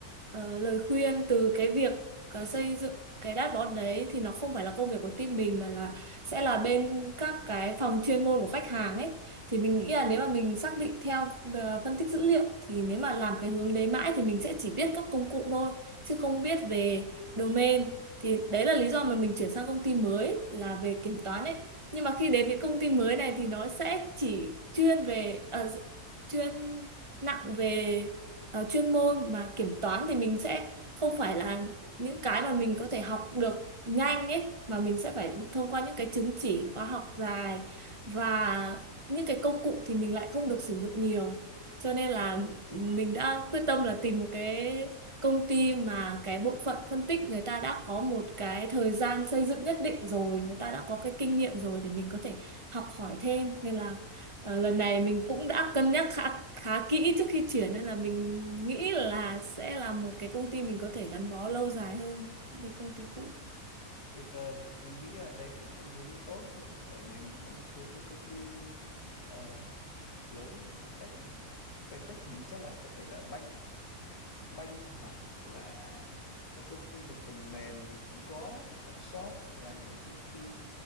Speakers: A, on the right; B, on the left.
A: ờ, lời khuyên từ cái việc ờ, xây dựng cái dashboard đấy thì nó không phải là công việc của team mình mà là sẽ là bên các cái phòng chuyên môn của khách hàng ấy thì mình nghĩ là nếu mà mình xác định theo ờ, phân tích dữ liệu thì nếu mà làm cái hướng đấy mãi thì mình sẽ chỉ biết các công cụ thôi chứ
B: đúng
A: không biết về domain thì đấy là lý do mà mình chuyển sang công ty mới là về kiểm toán ấy nhưng mà khi đến cái công ty mới này thì nó sẽ chỉ chuyên về ờ, chuyên nặng về ờ, chuyên môn mà kiểm toán thì mình sẽ không phải là những cái
B: không
A: mà mình có thể học được nhanh ấy mà mình sẽ phải thông qua những cái chứng chỉ khóa học dài và những cái công cụ thì mình lại không được sử dụng nhiều cho nên là mình đã quyết tâm là tìm một cái công ty mà cái bộ phận phân tích người ta đã có một cái thời gian xây dựng nhất định rồi người ta đã có cái kinh nghiệm rồi để mình có thể học hỏi thêm nên là ờ, lần này mình cũng đã cân nhắc khá khá kỹ trước khi chuyển nên là mình nghĩ là sẽ là một cái công ty mình có thể gắn bó lâu dài hơn cái công ty cũ
B: Tuyệt vời, mình nghĩ là đấy cũng là một hướng đi tốt. Ở mình thì có một số cái công ty ờ, lớn về fintech, à. fintech hình như chắc là có thể là banh, banh hoặc là các công ty về phần mềm thì cũng có app shop hoặc là những cái công ty